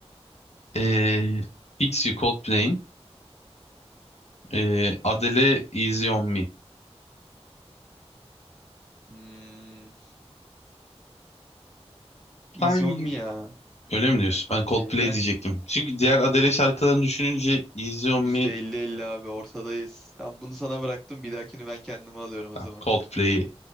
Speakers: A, on the left; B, in the centre.
A: Ee, Fix You Coldplay'in ee, Adele Easy On Me.
B: Hmm, Easy
A: Sen
B: On Me ya.
A: öyle mi diyorsun?
B: Sanki.
A: Ben Coldplay
B: Ben
A: diyecektim. Çünkü diğer Adele şarkılarını düşününce Easy On
B: %50-50
A: Me,
B: abi ortadayız. Tamam bunu sana bıraktım. Bir dahakini ben kendime alıyorum o zaman.
A: ben Coldplay